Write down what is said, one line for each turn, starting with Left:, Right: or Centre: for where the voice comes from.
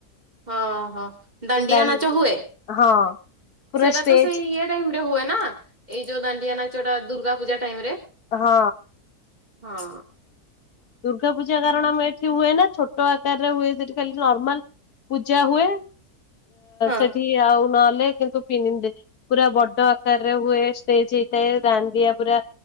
Right: ହଁ ହଁ ଦାଣ୍ଡିଆ
Left: ଦାଣ୍ଡ
Right: ନାଚ ହୁଏ,
Left: ହଁ ପୁରା
Right: ସେଇଟା
Left: ଷ୍ଟେଜ
Right: ତ ସେଇ ଇଏଟା ହୁଏ ନା ଏଇ ଯୋଉ ଦାଣ୍ଡିଆ ନାଚଟା ଦୁର୍ଗା ପୂଜା ଟାଇମ ରେ
Left: ହଁ।
Right: ହଁ।
Left: ଦୁର୍ଗା ପୂଜା କାରଣ ଆମ ଏଠି ହୁଏ ନା ଛୋଟ ଆକାରରେ ହୁଏ ସେଠି ଖାଲି ନର୍ମାଲ ପୂଜା ହୁଏ
Right: ହଁ
Left: ସେଠି ଆଉ ନହଲେ କିନ୍ତୁ <unintelligible> ପିନ୍ଧେ ପୁରା ବଡ ଆକାରରେ ହୁଏ ଷ୍ଟେଜ ହେଇଥାଏ ଦାଣ୍ଡିଆ ପୁରା